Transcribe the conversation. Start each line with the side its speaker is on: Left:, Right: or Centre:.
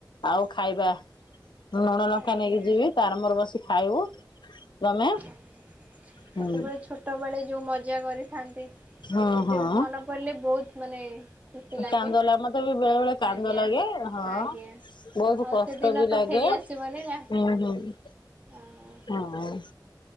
Left: ଆଉ ଖାଇବା ଲୁଣ ଲଙ୍କା
Right: ଆଜ୍ଞା
Left: ନେଇକି ଯିବି ତାରମୋର ବସି ଖାଇବୁ ତମେ
Right: ଆଜ୍ଞା ସେତେବେଳେ
Left: ହୁଁ
Right: ଛୋଟବେଳେ ଯୋଉ ମଜା କରି ଥାନ୍ତି
Left: ହଁ
Right: ଏବେ
Left: ହଁ
Right: ମନେ ପଡ଼ିଲେ ବହୁତ୍ ମାନେ ଖୁସି ଲାଗେ
Left: କାନ୍ଦ ଲା ମତେ ବି ବେଳେ ବେଳେ କାନ୍ଦ
Right: ଆଜ୍ଞା
Left: ଲାଗେ ହଁ।
Right: ଆଜ୍ଞା।
Left: ବହୁତ
Right: ଆଉ
Left: କଷ୍ଟ
Right: ସେଦିନତ
Left: ବି ଲାଗେ
Right: ଫେରି ଆସିବନିନା
Left: ହୁଁ ହୁଁ
Right: ହଁ।
Left: ହଁ ଅଁ।